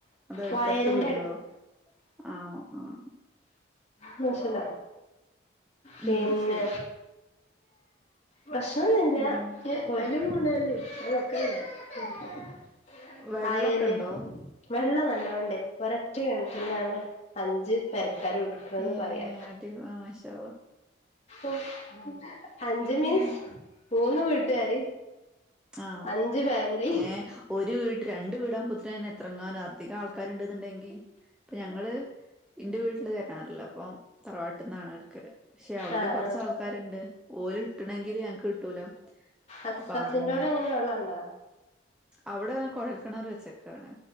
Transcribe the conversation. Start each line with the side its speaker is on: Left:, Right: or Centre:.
Centre: അതോ അടുത്തടുത്ത്
Left: വയലിന്റെ
Centre: വീടുകളോ ആഹ് ആഹ്
Left: മനസില പിന്നെ
Centre: ഉം ശരി
Left: പ്രശ്നൊന്നും ഇല്ല
Centre: ഉം
Left: <unintelligible>
Centre: വെള്ളൊക്കെ
Left: ആയല്
Centre: ഉണ്ടോ
Left: വെള്ളം നല്ലോണ്ട് ഒരൊറ്റ കിണറ്റിന്നാണ് അഞ്ച് പെരക്കാരും ഇ ട് ക്ക്ണേന്ന്
Centre: ഏ
Left: പറയാ
Centre: അടി മാഷാ അള്ളാ
Left: ഉം അഞ്ച് മീൻസ്
Centre: ഉം
Left: മൂന്ന് വീട്ടുകാര്
Centre: ആ
Left: അഞ്ച് ഫാമിലി
Centre: ഏ ഒരു വീട്ട് രണ്ട് വീട് ആവുമ്പത്തിന് തന്നെ എത്ര അധികം ആൾ ആൾക്കാര് ഉണ്ട്ന്നുണ്ടെങ്കി ഇപ്പൊ ഞങ്ങള് ഇന്റെ വീട്ടില് കെണറില്ല അപ്പൊ തറവാട്ടിൽ ന്നാണ് എടുക്കല് പക്ഷെ അവിടെയും
Left: ആഹ്
Centre: കൊറച്ച്
Left: ആഹ്
Centre: ആൾക്കാരുണ്ട് ഓല് ഇട്ട്ണെങ്കില് ഞങ്ങക്ക് കിട്ടൂല
Left: അസസിന്റോടെ
Centre: അപ്പൊ അങ്ങനെ
Left: എങ്ങനെയാ വെള്ളണ്ടോ
Centre: അവിടെ കൊഴൽക്കിണറ് വെച്ചേക്കാണ്